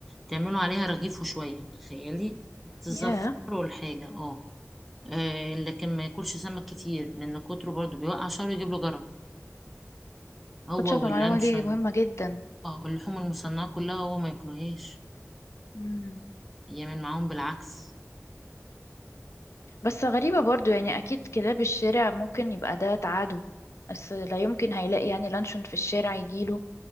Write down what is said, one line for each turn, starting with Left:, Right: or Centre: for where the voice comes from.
Centre: تعملوا عليها رغيف وشويه تخيلي تزفروا
Left: ياه
Centre: الحاجه اه آه، لكن ما ياكلش سمك كتير لان كتره برضو بيوقع شعره يجيب له جرب هو
Left: كنتش اعرف
Centre: واللانشون
Left: المعلومه دي مهمه جدا
Centre: اه اللحوم المصنعه كلها هو ما ياكلهاش
Left: مم.
Centre: يعمل معاهم بالعكس
Left: بس غريبه برضو يعني اكيد كلاب الشارع ممكن يبقى ده تعاده بس لا يمكن هيلاقي يعني لانشون في الشارع يجيله